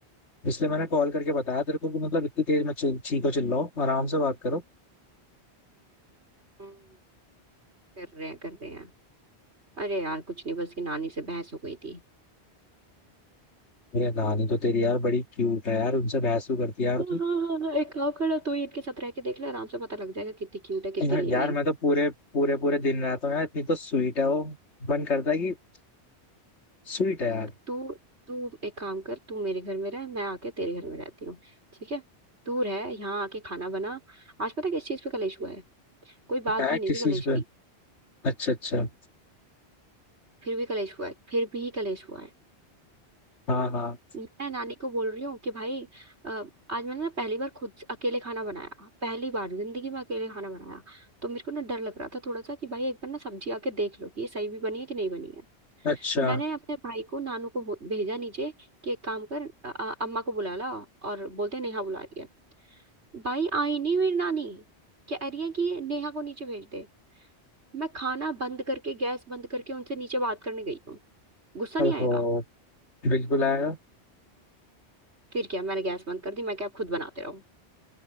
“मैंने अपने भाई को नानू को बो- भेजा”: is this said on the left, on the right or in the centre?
Right